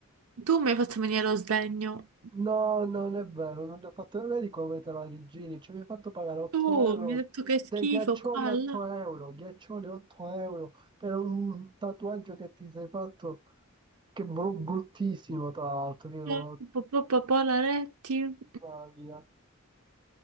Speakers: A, on the right; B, on the right.
A: Tu mi hai fatto venire lo sdegno.
B: No, non è vero, non ti ho fatto vedi come te la rigiri, cioè mi hai fatto pagare 8
A: Tu
B: euro,
A: mi hai detto che è schifo,
B: dei ghiaccioli
A: qua,
B: 8
A: là,
B: euro, ghiaccioli 8 euro per un tatuaggio che ti sei fatto, che bru- bruttissimo tra l'altro, io...
A: là, po- po- po- polaretti.
B: Italia.